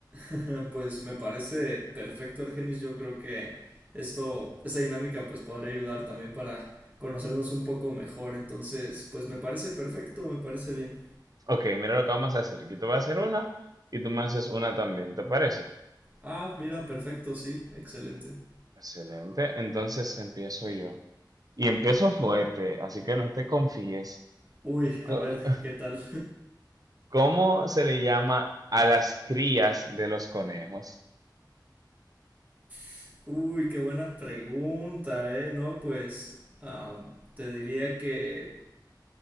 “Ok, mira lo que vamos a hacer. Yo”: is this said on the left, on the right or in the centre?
Right